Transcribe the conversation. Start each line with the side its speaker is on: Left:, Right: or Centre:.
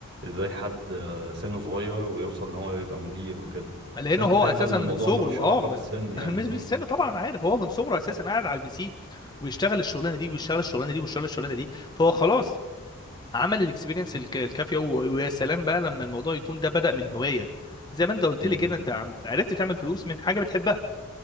Right: ازاي حد سنه صغير ويوصل ان هو يبقى مدير وكده
Left: لانه
Right: بس انت
Left: هو
Right: فاهم
Left: اساسا
Right: بقى ان الموضوع
Left: من صغره
Right: ملوش علاقه
Left: اه من
Right: بالسن يعني
Left: <laughs> مش
Right: امم
Left: بالسن طبعا أنا عارف هو من صغره اساسا قاعد على البي سي ويشتغل الشغلانه دي ويشتغل الشغلانه دي ويشتغل الشغلانه دي فهو خلاص عمل الاكسبيرينس الك- الكافيه و- ويا سلام بقى لما الموضوع يكون ده بدأ من هوايه زي ما انت قلت
Right: امم
Left: لي كده انت عم- عرفت تعمل فلوس من حاجه بتحبها